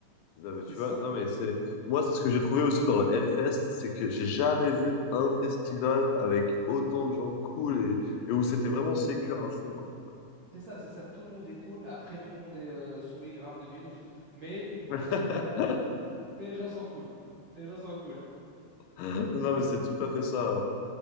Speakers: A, on the left; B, on the right.
A: Non,
B: C'était
A: mais tu
B: sain.
A: vois, non mais c'est, moi c'est ce que j'ai trouvé aussi dans le Hellfest, c'est que j'ai jamais vu un festival avec autant de gens cool et, et où c'était vraiment sécure à fond quoi.
B: C'est ça, c'est ça. Tout le monde est cool, mais après, tout le monde est euh, sous 8 grammes de binouze. Mais,
A: <laughs>
B: mais les gens sont cool. Les gens sont cool.
A: Non mais c'est tout à fait ça.